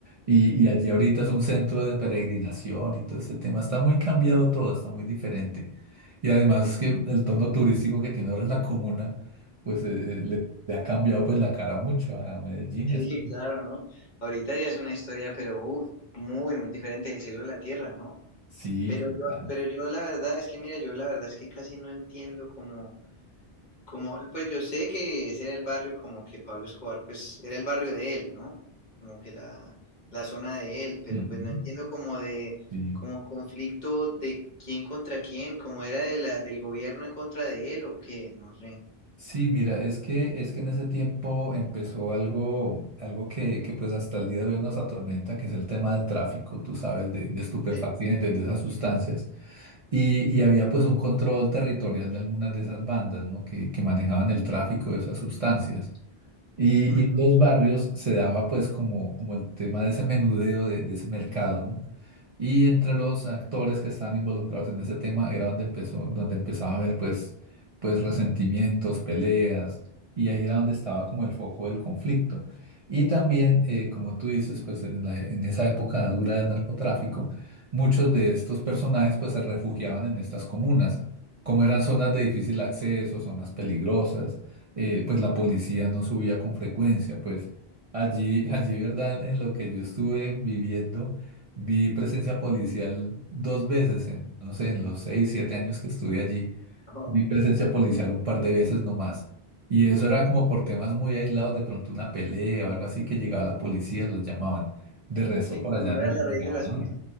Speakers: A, on the right (about 45°); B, on the left (about 45°).
A: y, y allí ahorita es un centro de peregrinación y todo este tema. Está muy cambiado todo, está muy diferente. Y además que el tono turístico que tiene ahora la comuna, pues eh, eh, le, le ha cambiado pues la cara mucho a Medellín.
B: sí,
A: y hasta-
B: <laughs> sí, claro, ¿no? Ahorita ya es una historia, pero uff, muy, muy diferente del cielo a la tierra, ¿no?
A: Sí,
B: Pero
A: total.
B: yo, pero yo la verdad es que, mira, yo la verdad es que casi no entiendo cómo. Como, pues yo sé que ese era el barrio como que Pablo Escobar, pues era el barrio de él, ¿no? Como que la, la zona de él, pero
A: Ujú,
B: pues no entiendo como de,
A: sí.
B: como conflicto de quién contra quién, como era de la, del gobierno en contra de él o qué, no sé.
A: Sí, mira, es que, es que en ese tiempo empezó algo, algo que, que pues hasta el día de hoy nos atormenta, que es el tema del tráfico, tú sabes, de, de estupefacientes,
B: Sí,
A: de esas sustancias. Y, y había pues un control territorial de algunas de esas bandas, ¿no? Que, que manejaban el tráfico de esas sustancias. Y,
B: ujú.
A: y en los barrios se daba pues como, como el tema de ese menudeo, de, de ese mercado, ¿no? Y entre los actores que estaban involucrados en ese tema era donde empezó, donde empezaba a haber pues, pues resentimientos, peleas, y ahí era donde estaba como el foco del conflicto. Y también, eh, como tú dices, pues en la- en esa época dura del narcotráfico, muchos de estos personajes pues se refugiaban en estas comunas. Como eran zonas de difícil acceso, zonas peligrosas, eh, pues la policía no subía con frecuencia, pues allí, allí, ¿verdad? En lo que yo estuve viviendo. Vi presencia policial dos veces en, no sé, en los seis, siete años que estuve allí.
B: Ajá.
A: Vi presencia policial un par de veces nomás. Y eso era como por temas muy aislados, de pronto una pelea o algo así que llegaba la policía, los llamaban. De resto
B: Sí,
A: por
B: como
A: allá
B: no era
A: no
B: la
A: llegaban
B: raíz del asunto.
A: nadie.